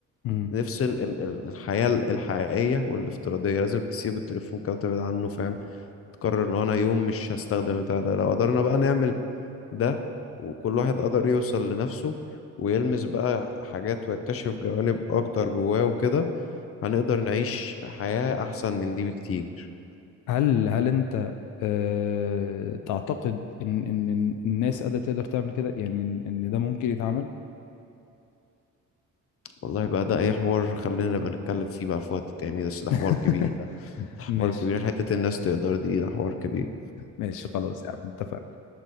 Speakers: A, on the left; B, on the left.
A: مم.
B: نفصل ال- ال- الحياة الحقيقية والافتراضية لازم تسيب التليفون كده وتبعد عنه فاهم تقرر ان انا يوم مش هستخدم البتاع ده لو قدرنا بقى نعمل ده وكل واحد قدر يوصل لنفسه ويلمس بقى حاجات ويكتشف جوانب أكتر جواه وكده هنقدر نعيش حياة أحسن من دي بكتير
A: هل هل انت أه تعتقد ان ان إن الناس قادره تقدر تعمل كده يعني ان إن ده ممكن يتعمل
B: والله بقى ده أي حوار خلينا نبقى نتكلم فيه بقى في وقت تاني بس ده
A: <laughs>
B: حوار كبير ده حوار
A: ماشي
B: كبير حتة الناس تقدر دي ده حوار كبير
A: ماشي خلاص يا عم اتفقنا